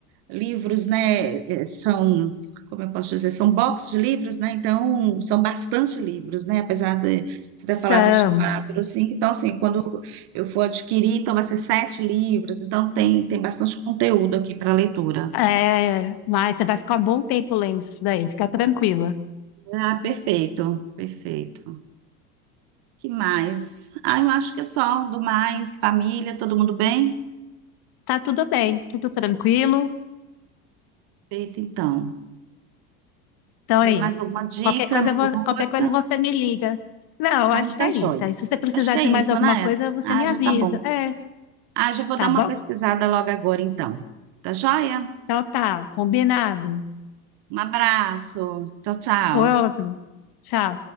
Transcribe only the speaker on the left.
Então,
é, mas você vai ficar um bom tempo lendo isso daí, fica tranquila.
Tá tudo bem, tudo tranquilo.
Então
é
isso.
Qualquer coisa,
eu vou-
qualquer
coisa você me liga. Não, acho
que é isso.
Aí, se você precisar
de
mais alguma
coisa, você
me avisa.
É,
tá
bom?
Então tá, combinado.
Outro. Tchau.